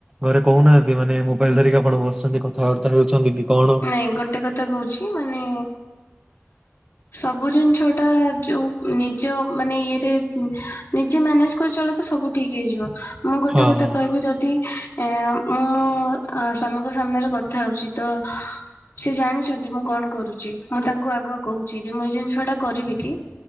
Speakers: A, on the right (about 15°); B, on the left (about 50°).
A: ଘରେ କହୁନାହାନ୍ତି ମାନେ ମୋବାଇଲ ଧରିକି ଆପଣ ବସିଚନ୍ତି କଥାବାର୍ତ୍ତା ହେଉଛନ୍ତି କି କଣ?
B: ନାଇଁ ଗୋଟେ କଥା କହୁଛି ମାନେ। ସବୁ ଜିନିଷ ଟା ଯଉ ଉଁ ନିଜ ମାନେ ଇଏରେ ଉଁ ନିଜେ ମ୍ୟାନେଜ କରି ଚଳେ ତ ସବୁ ଠିକ୍ ହେଇଯିବ ମୁଁ ଗୋଟେ
A: ହଁ
B: କଥା
A: ହଁ।
B: କହିବି ଯଦି। ଏ ମୁଁ ମୋ ଅ ସ୍ଵାମୀଙ୍କ ସାମ୍ନାରେ କଥା ହଉଛି ତ। ସେ ଜାଣିଛନ୍ତି ମୁଁ କଣ କରୁଛି ମୁଁ ତାଙ୍କୁ ଆଗୁଆ କହୁଛି ଯେ ମୁଁ ଏଇ ଜିନିଷଟା କରିବି କି।